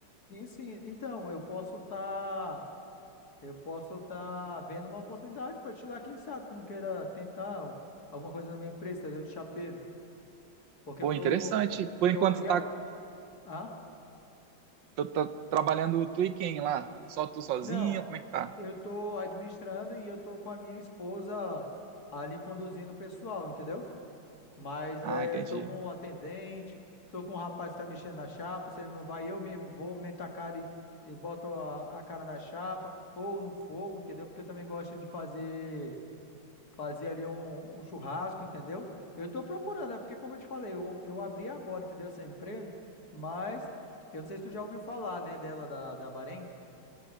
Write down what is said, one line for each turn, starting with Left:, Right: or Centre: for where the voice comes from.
Left: Sim, sim. Então, eu posso estar, eu posso estar vendo uma oportunidade para te lá, quem sabe, tu não queira tentar alguma coisa na minha empresa, entendeu? De chapeiro. Porque
Right: Pô,
Left: eu tô,
Right: interessante. Por
Left: porque
Right: enquanto
Left: eu abri
Right: tá,
Left: agora. Ah?
Right: tá, tá trabalhando tu e quem lá? Só tu sozinho?
Left: Não,
Right: Como é que tá?
Left: eu tô administrando e eu tô com a minha esposa ali conduzindo o pessoal, entendeu? Mas
Right: Ah,
Left: é,
Right: entendi.
Left: tô com o atendente, tô com o rapaz que tá mexendo na chapa, se ele não vai, eu mesmo vou, meto a cara e, e boto a a cara na chapa ou no fogo, entendeu? Porque eu também gosto de fazer Fazer ali um, um churrasco, entendeu? Eu tô procurando, é porque, como eu te falei, eu, eu abri agora, entendeu? Essa empresa, mas eu não sei se tu já ouviu falar, né, dela, da, da Bahrein.